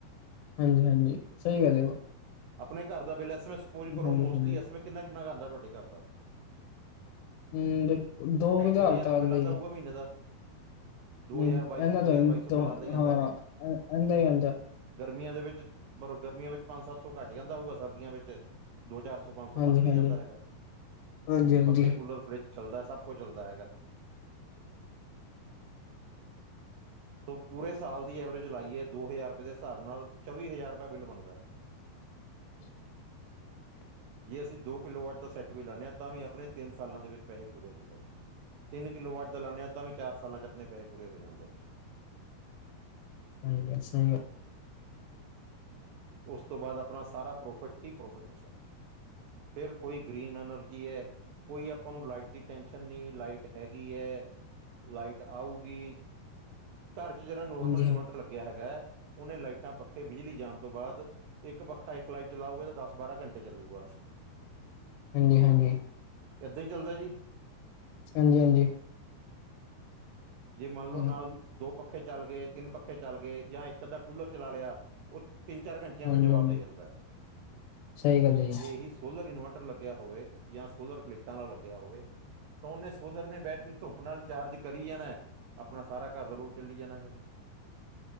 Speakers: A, on the left (about 85°); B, on the right (about 80°).
A: ਹਾਂਜੀ-ਹਾਂਜੀ, ਸਹੀ ਗੱਲ ਹੈ ਬ
B: ਆਪਣੇ ਘਰ ਦਾ ਬਿਲ ਇਸ ਸਪੋਜ ਕਰੋ
A: ਹਾਂਜੀ-ਹਾਂਜੀ।
B: ਮੋਸਟਲੀ ਐਸਰਾ ਕਿੰਨਾ- ਕਿੰਨਾ ਕੁ ਆਉਂਦਾ ਤੁਹਾਡੇ ਘਰ ਦਾ
A: ਹੂੰ ਦੇਖੋ ਦੋ
B: ਢਾਈ
A: ਬੁਝਾਰ
B: ਤਿੰਨ ਹਜ਼ਾਰ
A: ਤਾਂ ਆਂਦਾ
B: ਬਿੱਲ ਆਉਂਦਾ
A: ਹੀ ਆ
B: ਹੋਊਗਾ ਮਹੀਨੇ ਦਾ ਦੋ
A: ਨਹੀਂ,
B: ਹਜ਼ਾਰ ਬਾਈ
A: ਏਨਾ
B: ਸੌ ਦੋ
A: ਤਾਂ
B: ਹਜ਼ਾਰ
A: ਨੀਂ ਆਂਦਾ
B: ਬਾਈ ਸੌ ਬਿੱਲ ਆਉਂਦਾ ਹੀ ਆਉਂਦਾ
A: ਹਾਂ ਇਨਾ ਆਉਂਦਾ
B: ਗਰਮੀਆਂ ਦੇ ਵਿੱਚ ਗਰਮੀਆਂ ਵਿੱਚ ਪੰਜ ਸੱਤ ਸੌ ਘੱਟ ਆਦਾ ਹੋਊਗਾ ਸਰਦੀਆਂ ਵਿੱਚ, ਦੋ ਚਾਰ ਪੰਜ ਸੌ
A: ਹਾਂਜੀ-ਹਾਂਜੀ,
B: ਵੱਧ ਵੀ ਜਾਂਦਾ ਹੈਗਾ,
A: ਹਾਂਜੀ-ਹਾਂਜੀ,
B: ਕਿਉਂਕਿ ਪੱਖੇ, ਕੂਲਰ, ਫਰਿੱਜ ਚੱਲਦਾ ਸਭ ਕੁਝ ਚੱਲਦਾ ਹੈਗਾ ਪੂਰੇ ਸਾਲ ਦੀ ਐਵਰੇਜ ਲਾਈਏ ਦੋ ਹਜ਼ਾਰ ਰੁਪਏ ਦੇ ਹਿਸਾਬ ਨਾਲ ਚੌਵੀ ਹਜ਼ਾਰ ਰੁਪਏ ਬਿੱਲ ਬਣਦਾ
A: <inaudible>
B: ਜੇ ਅਸੀਂ ਦੋ ਕਿੱਲੋ ਵਾਟ ਦਾ ਸੈਟ ਵੀ ਲਾਂਨੇ ਤਾਂ ਵੀ ਆਪਣੇ ਤਿੰਨ ਸਾਲਾਂ ਦੇ ਵਿੱਚ ਪੈਸੇ ਪੂਰੇ ਹੁੰਦੇ ਨੇ ਤਿੰਨ ਕਿੱਲੋ ਵਾਟ ਲਾਂਦੇ ਹਾਂ ਤਾਂ ਵੀ ਚਾਰ ਸਾਲਾਂ ਚ ਆਪਣੇ ਪੈਸੇ ਪੂਰੇ ਹੋ ਜਾਂਦੇ ਨੇ
A: ਹਾਂਜੀ ਸਹੀ ਗੱਲ
B: ਉਸ ਤੋਂ ਬਾਅਦ ਆਪਣਾ ਸਾਰਾ ਪ੍ਰੋਫਿਟ ਹੀ ਪ੍ਰੋਫਿਟ ਹੁੰਦਾ ਫਿਰ ਕੋਈ ਗ੍ਰੀਨ ਐਨਰਜੀ ਏ ਕੋਈ ਆਪਾਂ ਨੂੰ ਲਾਈਟ ਦੀ ਟੈਨਸ਼ਨ ਨਹੀਂ ਲਾਈਟ ਹੈਗੀ ਹੈ ਲਾਈਟ ਆਉਗੀ ਘਰ ਚ ਜਿਹੜਾ ਨੋਰਮਲ
A: ਹਾਂਜੀ
B: ਇੰਨਵੈਰਟਰ
A: ਹਾਂ
B: ਲੱਗਿਆ ਹੈਗਾ, ਉਹਨੇ ਲਾਈਟਾਂ ਪੱਖੇ ਬਿਜਲੀ ਜਾਣ ਤੋਂ ਬਾਅਦ, ਇੱਕ ਪੱਖਾ ਇੱਕ ਲਾਈਟ ਚਲਾਉਗੇ ਤਾਂ ਦਸ ਬਾਰਾਂ ਘੰਟੇ ਚੱਲੂਗਾ
A: ਹਾਂਜੀ-ਹਾਂਜੀ
B: ਏਦਾਂ ਹੀ ਚੱਲਦਾ ਜੀ
A: ਹਾਂਜੀ- ਹਾਂਜੀ
B: ਜੇ ਮਨ ਲਓ,
A: ਹੂੰ
B: ਨਾਲ ਦੋ ਪੱਖੇ ਚਲ ਗਏ‌ ਤਿੰਨ ਪੱਖੇ ਚਲ ਗਏ, ਇੱਕ ਅੱਧਾ ਕੂਲਰ ਚਲਾ ਲਿਆ ਉਹ ਤਿੰਨ ਚਾਰ ਘੰਟਿਆਂ
A: ਹਾਂਜੀ-ਹਾਂਜੀ,
B: ਵਿੱਚ ਜਵਾਬ ਦੇ ਜਾਂਦਾ
A: ਸਹੀ ਗੱਲ ਹੈ ਜੀ
B: ਜੇ ਇਹੀ ਸੋਲਰ ਇੰਨਵੈਰਟਰ ਲੱਗਿਆ ਹੋਵੇ ਜਾਂ ਸੋਲਰ ਪਲੇਟਾ ਆਲਾ ਲੱਗਿਆ ਹੋਵੇ ਤਾਂ ਉਹਨੇ ਸੋਲਰ ਨੇ ਬੈਟਰੀ ਧੁਪ ਧੁੱਪ ਨਾਲ ਚਾਰਜ ਕਰੀ ਜਾਣਾ, ਆਪਣਾ ਸਾਰਾ ਘਰ ਦਾ ਲੋਡ ਚੱਲੀ ਜਾਣਾ ਹੈਗਾ